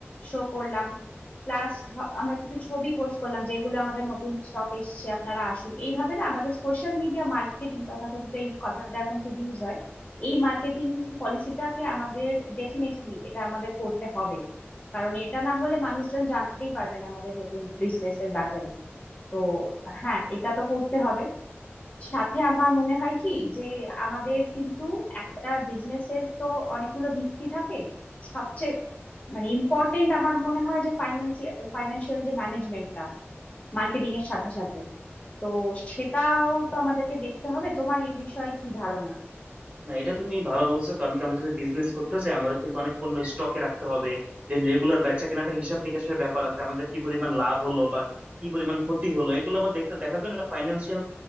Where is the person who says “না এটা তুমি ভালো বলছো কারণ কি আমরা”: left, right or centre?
Right